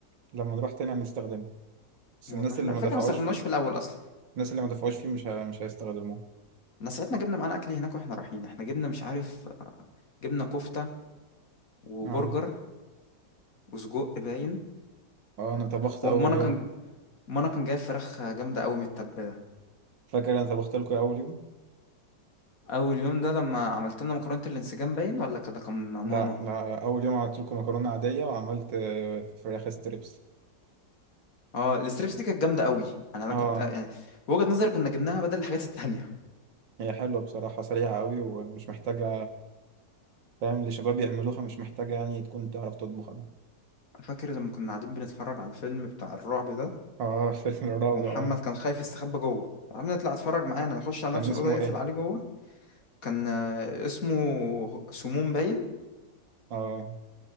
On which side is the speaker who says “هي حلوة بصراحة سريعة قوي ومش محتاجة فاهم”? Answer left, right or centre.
Right